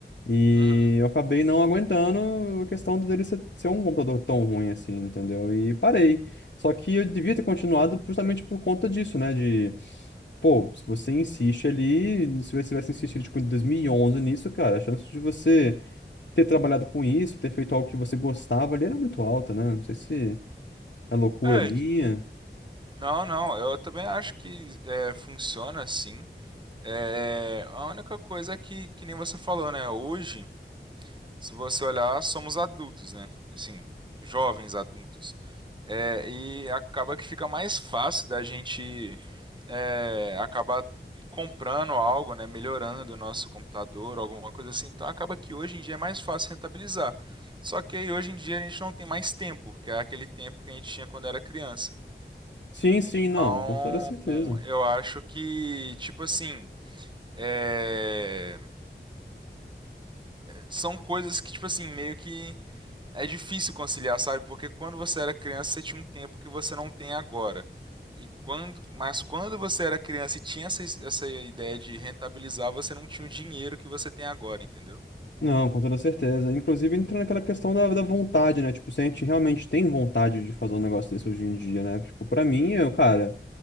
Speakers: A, on the left; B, on the right.
A: E
B: uhum.
A: eu acabei não aguentando a questão dele ser, ser um computador tão ruim assim, entendeu? E parei. Só que eu devia ter continuado justamente por conta disso, né? De, pô, se você insiste ali, se você tivesse insistido, tipo, em 2011 nisso, cara, a chance de você ter trabalhado com isso, ter feito algo que você gostava ali era muito alta, né? Não sei se é loucura
B: É,
A: minha.
B: t- não, não, eu também acho que é, funciona assim. É, a única coisa é que, que nem você falou, né? Hoje. se você olhar, somos adultos, né? Assim, jovens adultos. É, e acaba que fica mais fácil da gente é, acabar comprando algo, né? Melhorando o nosso computador, alguma coisa assim. Então acaba que hoje em dia é mais fácil rentabilizar. Só que aí hoje em dia a gente não tem mais tempo, que é aquele tempo que a gente tinha quando era criança.
A: Sim, sim,
B: Então,
A: não, com toda certeza.
B: eu acho que, tipo assim, é, são coisas que, tipo assim, meio que É difícil conciliar, sabe? Porque quando você era criança, você tinha um tempo que você não tem agora. E quando, mas quando você era criança e tinha essa, essa ideia de rentabilizar, você não tinha o dinheiro que você tem agora, entendeu?
A: Não, com toda certeza. Inclusive, entra naquela questão da, da vontade, né? Tipo, se a gente realmente tem vontade de fazer um negócio desse hoje em dia, né? Tipo, pra mim, eu, cara.